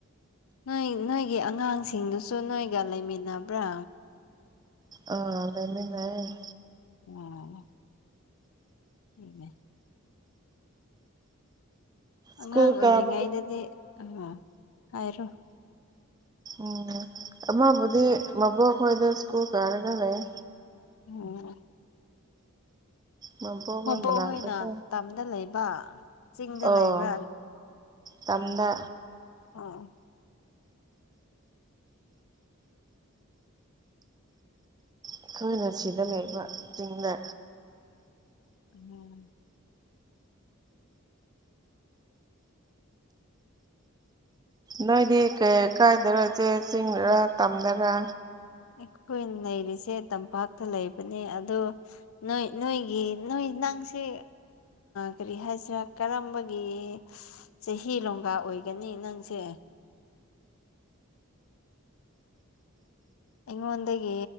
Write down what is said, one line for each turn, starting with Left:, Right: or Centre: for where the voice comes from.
Left: ꯅꯣꯏ ꯅꯣꯏꯒꯤ ꯑꯉꯥꯡꯁꯤꯡꯗꯨꯁꯨ ꯅꯣꯏꯒ ꯂꯩꯃꯤꯟꯅꯕ꯭ꯔꯥ
Right: ꯑꯧꯎ ꯂꯩꯃꯤꯟꯅꯩꯌꯦ
Left: ꯎꯝ <unintelligible> ꯑꯉꯥꯡ
Right: ꯁ꯭ꯀꯨꯜ
Left: ꯑꯣꯏꯔꯤꯉꯩꯗꯗꯤ
Right: ꯀꯥꯕ
Left: ꯑ ꯍꯥꯏꯔꯣ
Right: ꯎꯝ ꯑꯃꯕꯨꯗꯤ ꯃꯕꯣꯛ ꯍꯣꯏꯗ ꯁ꯭ꯀꯨꯜ ꯀꯥꯔꯒ ꯂꯩ
Left: ꯎ <unintelligible>
Right: ꯃꯕꯣꯛ
Left: ꯃꯕꯣꯛꯍꯣꯏꯅ
Right: ꯍꯣꯏ ꯃꯅꯥꯛꯇꯀꯣ
Left: ꯇꯝꯗ ꯂꯩ ꯕꯔꯥ ꯆꯤꯡꯗ
Right: ꯑꯣ
Left: ꯂꯩꯥꯏꯕ꯭ꯔꯥ
Right: ꯇꯝꯗ
Left: ꯑꯥ
Right: ꯑꯩꯈꯣꯏꯅ ꯁꯤꯗ ꯂꯩꯕ ꯆꯤꯡꯗ
Left: ꯎꯝ
Right: ꯅꯣꯏꯗꯤ ꯀꯩ ꯀꯥꯏꯗꯔ ꯆꯦ ꯆꯤꯡꯗꯔ ꯇꯝꯗꯔ
Left: ꯑꯩꯈꯣꯏ ꯂꯩꯔꯤꯁꯦ ꯇꯝꯄꯥꯛꯇ ꯂꯩꯕꯅꯦ ꯑꯗ ꯅꯣꯏ ꯅꯣꯏꯒꯤ ꯅꯣꯏ ꯅꯪꯁꯤ ꯀꯔꯤ ꯍꯥꯏꯁꯤꯔꯥ ꯀꯔꯝꯕꯒꯤ ꯆꯍꯤ ꯂꯣꯡꯒꯥ ꯑꯣꯏꯒꯅꯤ ꯅꯪꯁꯦ ꯑꯩꯉꯣꯟꯗꯒꯤ